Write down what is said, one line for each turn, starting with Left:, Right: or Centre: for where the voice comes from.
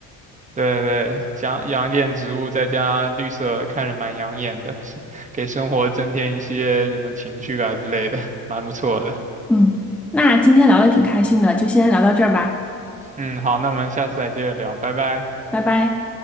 Right: 对对，养养一点植物，再加绿色，看着蛮养眼的，<laughs> 是给生活增添一些什么情趣啊之类的，蛮不错的。
Centre: <laughs> 嗯，那今天聊的挺开心的，就先聊到这儿吧，
Right: 嗯，好，那我们下次再接着聊，拜拜。
Centre: 拜拜。